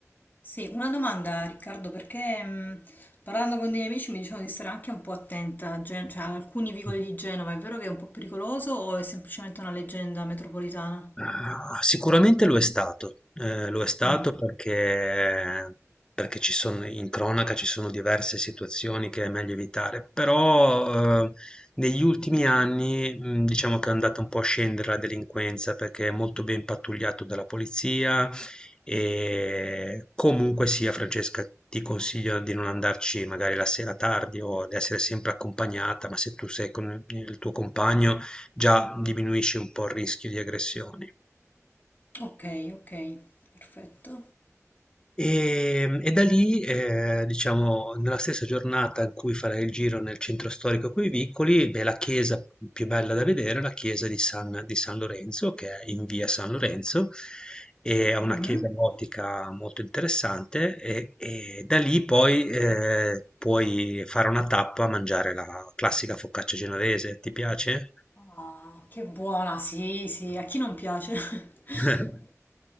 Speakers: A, on the left; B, on the left.
A: Sì, una domanda Riccardo, perché mh, parlando con dei miei amici mi dicevano di stare anche un po' attenta a Gen- cioè, ad alcuni vicoli
B: Mm.
A: di Genova, è vero che è un po' pericoloso o è semplicemente una leggenda metropolitana?
B: Ah, Sicuramente lo è stato, eh, lo è stato
A: Mm,
B: perché, perché ci sono, in cronaca ci sono diverse situazioni che è meglio evitare, però eh, negli ultimi anni mh, diciamo che è andata un po' a scendere la delinquenza perché è molto ben pattugliato dalla polizia e comunque sia, Francesca, ti consiglio di non andarci magari la sera tardi o di essere sempre accompagnata, ma se tu sei con il tuo compagno già diminuisce un po' il rischio di aggressioni.
A: Ok, ok, perfetto.
B: E, e da lì, eh, diciamo, nella stessa giornata in cui farai il giro nel centro storico coi Vicoli, beh, la chiesa più bella da vedere è la chiesa di San, di San Lorenzo, che è in via San Lorenzo, e è una
A: Mhm.
B: chiesa gotica molto interessante. E, e da lì poi eh, puoi fare una tappa a mangiare la classica focaccia genovese. Ti piace?
A: Ah, che buona, sì, sì, a chi non piace? <laughs>
B: <laughs>